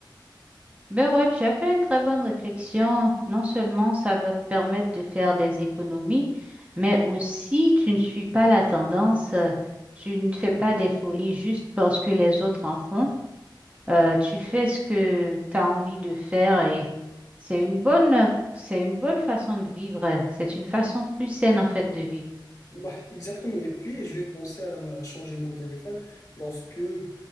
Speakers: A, on the right; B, on the left.
A: Ben ouais, tu as fait une très bonne réflexion. Non seulement ça va te permettre de faire des économies, mais aussi tu ne suis pas la tendance, euh, tu ne fais pas des folies juste parce que les autres en font. Euh, tu fais ce que tu as envie de faire et c'est une bonne, c'est une bonne façon de vivre. C'est une façon plus saine en fait de vivre.
B: Bah, exactement. Et puis, je vais penser à, à changer mon téléphone lorsque euh,